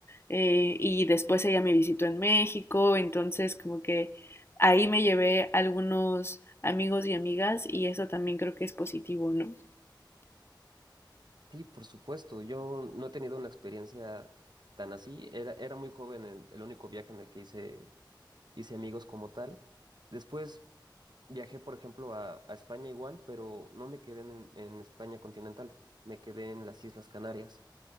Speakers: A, on the left (about 30°); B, on the right (about 60°).
A: eh, y después ella me visitó en México, entonces como que ahí me llevé algunos amigos y amigas y eso también creo que es positivo, ¿no?
B: Sí, por supuesto, yo no he tenido una experiencia tan así. Era, era muy joven el, el único viaje en el que hice, hice amigos como tal. Después viajé, por ejemplo, a, a España igual, pero no me quedé en, en España continental, me quedé en las Islas Canarias